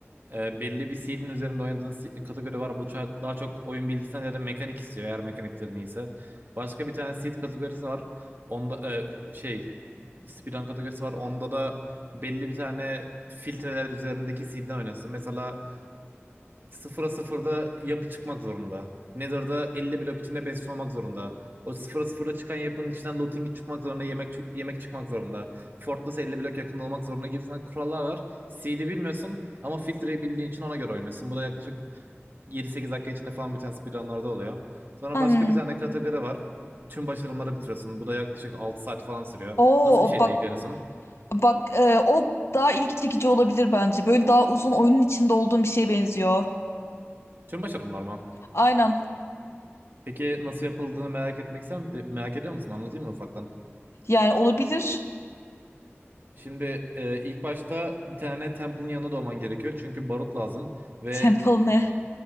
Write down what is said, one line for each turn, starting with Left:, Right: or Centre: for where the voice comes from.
Right: e, belli bir seed'in üzerinde oynadığın si- kategori var. Bu ça- daha çok oyun bilgisinden ya mekanik istiyor eğer mekaniklerin iyiyse. Başka bir tane seed kategorisi var. Onda e, şey speedrun kategorisi var. Onda da belli bir tane filtreler üzerindeki seed'den oynuyorsun. Mesela Sıfıra sıfırda yapı çıkmak zorunda. Nether'da 50 blok içinde besin olmak zorunda. O sıfıra sıfırda çıkan yapının içinden looting'i çıkmak zorunda, yemek çı- yemek çıkmak zorunda. Fortress 50 blok yakında olmak zorunda gibisinden kurallar var. CD bilmiyorsun ama filtreyi bildiğin için ona göre oynuyorsun. Bu da yaklaşık 7 sekiz dakika içinde falan biten speedrunlarda oluyor. Sonra
Left: Hmm.
Right: başka bir tane kategori var. Tüm başarımları bitiriyorsun. Bu da yaklaşık 6 saat falan sürüyor.
Left: Oo
Right: Nasıl bir şeyle
Left: bak
Right: ilgileniyorsun?
Left: bak e, o daha ilgi çekici olabilir bence. Böyle daha uzun oyunun içinde olduğum bir şeye benziyor.
Right: Tüm başarımlar mı?
Left: Aynen.
Right: Peki nasıl yapıldığını merak etmek ister, e, merak ediyor musun? Anlatayım mı ufaktan?
Left: Yani olabilir.
Right: Şimdi e, ilk başta bir tane Temple'ın yanına doğman gerekiyor. Çünkü barut lazım ve
Left: <laughs> Temple ne?